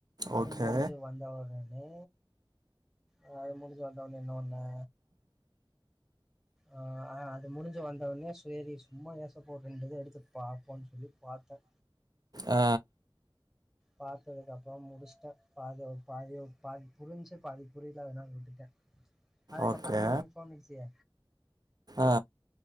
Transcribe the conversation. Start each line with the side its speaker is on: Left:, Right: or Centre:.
Centre: அது
Right: ஓகே
Centre: முடிஞ்சு வந்தவுடனே ஒ அது முடிஞ்சு வந்த ஒடனே என்ன பண்ணே ஆ அ அது முடிஞ்ச் வந்தவுடனே செரி சும்மா ஏசப்ப ரெண்டு இது எடுத்துட்டு பாப்போம்ன்னு சொல்லி பா த்த
Right: ஆ
Centre: பாத்ததுக்கு அப்புறோ முடிச்ட்ட அது பாதி பாதி புரிஞ்சி பாதி புரியல அதனால விட்டுட்ட அதுக்கப்புறோ
Right: ஓகே
Centre: தா நீ இன்ஃபார்மிச்சிய
Right: ஆ